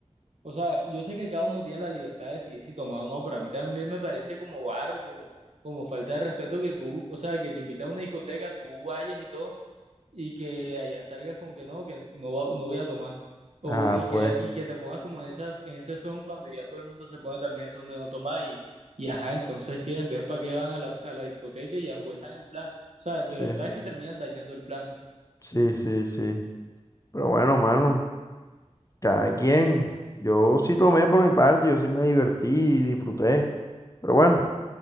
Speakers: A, on the right (about 65°); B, on the left (about 30°).
A: O sea, yo sé que cada uno tiene la libertad de decidir si tomar o no, pero a mí también me parece como barrio, como, como falta de respeto que tú, o sea, que te invitan a una discoteca, tú vayas y todo y que allá salgas con que no, que no, va- no voy a tomar. O,
B: Ah,
A: y, que,
B: pues,
A: y que te pongas como en, esas, en ese son cuando ya todo el mundo se pone también el son de no tomar y, y ajá, entonces ¿qué? Entonces ¿para qué van a la, a la discoteca y ambuesan el plan? O sea, de
B: sí,
A: verdad es que terminan dañando el plan.
B: sí, sí, sí. Pero bueno, mano, cada quien. Yo sí tomé por mi parte, yo sí me divertí y disfruté. Pero bueno,